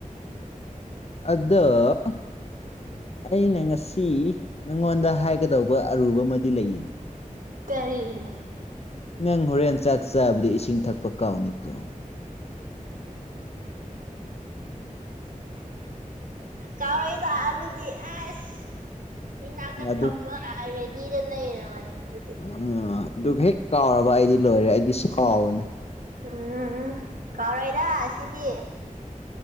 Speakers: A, on the left; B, on the right.
A: ꯑꯗ‌‌ꯣ ꯑꯩꯅ ꯉꯁꯤ ꯅꯪꯉꯣꯟꯗ ꯍꯥꯏꯒꯗꯧꯕ ꯑꯔꯨꯕ ꯑꯃꯗꯤ ꯂꯩꯌꯦ
B: ꯇꯔꯤꯅꯣ
A: ꯅꯪ ꯍꯣꯔꯦꯟ ꯆꯥꯛ ꯆꯥꯕꯗꯤ ꯏꯁꯤꯡ ꯊꯛꯄ ꯀꯥꯎꯅꯤꯀꯣ
B: ꯀꯧꯔꯩꯗ ꯑꯗꯨꯗꯤ ꯑꯁ ꯏꯅꯥꯛꯇ
A: ꯑꯗꯨ
B: ꯊꯝꯃ ꯔꯦꯗꯤꯗ ꯂꯩꯔꯕꯅꯦ ꯑꯗꯨꯗꯤ
A: ꯎ ꯑꯗꯨꯒ ꯍꯦꯛ ꯀꯥꯎꯔꯕ ꯑꯩꯗꯤ ꯂꯣꯏꯔꯦ ꯑꯩꯗꯤ ꯁꯥꯎꯔꯤꯅꯦ
B: ꯎꯝ ꯎ ꯀꯥꯎꯔꯣꯏꯗ ꯁꯤꯗꯤꯤ